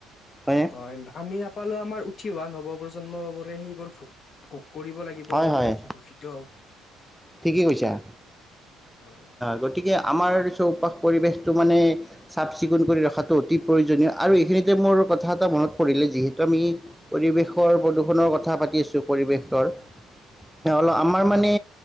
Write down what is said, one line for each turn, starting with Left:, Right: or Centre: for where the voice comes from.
Centre: হয়নে?
Left: হয় আমি নাপালো আমাৰ উঠি অহা নৱপ্ৰজন্মাবোৰে সেইবোৰ ভো ভোগ কৰিব লাগিব
Centre: হয়
Left: সেই
Centre: হয়
Left: দূষিত
Centre: ঠিকেই
Left: বস্তুবোৰ
Centre: কৈছা।
Left: হয়
Centre: গতিকে আমাৰ চৌপাশ পৰিৱেশটো মানে চাফ চিকুণ কৰি ৰখাটো অতি প্ৰয়োজনীয় আৰু এইখিনিতে মোৰ কথা এটা মনত পৰিলে যিহেতু আমি পৰিৱেশৰ প্ৰদূষণৰ কথা পাতি আছো পৰিৱেশৰ
Left: হয়
Centre: অল আমাৰ মানে